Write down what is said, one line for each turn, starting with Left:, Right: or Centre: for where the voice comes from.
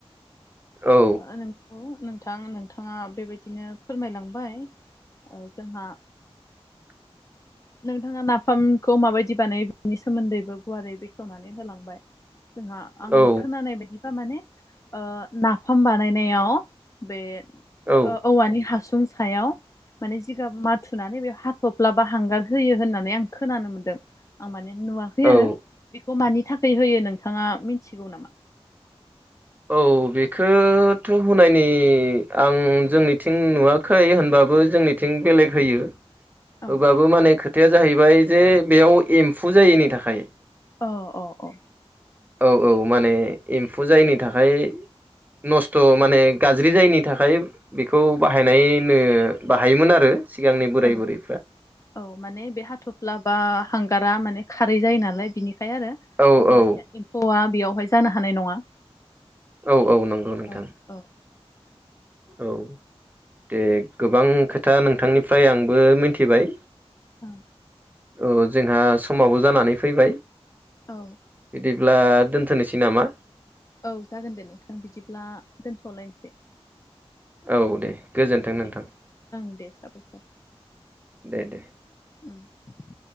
Right: औ
Left: ओ नोंगौ नोंथां नोंथाङा बेबायदिनो फोरमायलांबाय। ओ जोंहा
Right: <inaudible>
Left: नोंथाङा नाफामखौ माबायदि बानायो बेनि सोमोन्दैबो गुवारै बेखेवनानै होलांबाय जोंहा आं
Right: औ
Left: खोनानाय बायदिबा माने ओ नाफाम बानायनायाव बे
Right: औ
Left: ओ औवानि हासुं सायाव माने जिगाब माथुनानै बेयाव हाथप्ला बा हांगार होयो होननानै आं खोनानो मोन्दों। आं माने नुवाखै आरो
Right: औ
Left: बेखौ मानि थाखाय होयो नोंथाङा मिथिगौ नामा?
Right: औ बेखो थ' होनायनि आं जोंनिथिं नुवाखै होनबा बो जोंनिथिं बेलेग होयो।
Left: औ
Right: होबाबो माने खोथाया जाहैबाय जे बेयाव एम्फु जायिनि थाखाय।
Left: अ अ अ
Right: औ औ माने एम्फु जायिनि थाखाय नस्थ' माने गाज्रि जायैनि थाखाय। बेखौ बाहायनायनो बाहायोमोन आरो सिगांनि बोराय
Left: ओ
Right: बुरै
Left: औ माने बे हाथफ्ला बा हांगारा माने खारै जायो नालाय बिनिखाय आरो
Right: औ
Left: अब्लानिया
Right: औ
Left: एम्फौआ बेयावहाय जानो हानाय नङा।
Right: औ औ नंगौ नोंथां
Left: औ औ
Right: औ दे गोबां खोथा नोंथांनिफ्राय आंबो मिथिबाय।
Left: औ
Right: औ जोंहा समाबो जानानै फैबाय
Left: औ
Right: बिदिब्ला दोनथ'नोसै नामा?
Left: औ जागोन दे नोंथां बिदिब्ला दोन्थ'लायनोसै।
Right: औ दे गोजोन्थों
Left: दे
Right: नोंथां
Left: ओं दे साबायखर।
Right: दे दे
Left: उम।